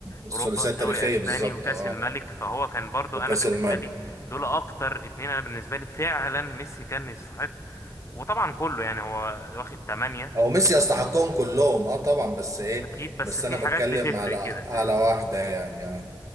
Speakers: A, on the right; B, on the left.
A: الثلاثية
B: اوروبا
A: التاريخية
B: دوري اسباني
A: بالظبط
B: وكاس
A: اه
B: الملك فهو كان برضه
A: وكأس
B: انا بالنسبه
A: الملك
B: لي دول اكتر اتنين انا بالنسبه لي فعلا ميسي كان يستحق وطبعا كله يعني هو واخد تمانية
A: هو ميسي يستحقهم كلهم اه طبعا بس ايه
B: اكيد بس
A: بس
B: في
A: انا بتكلم
B: حاجات بتفرق
A: على
B: كده فاهمني
A: على واحدة يعني اه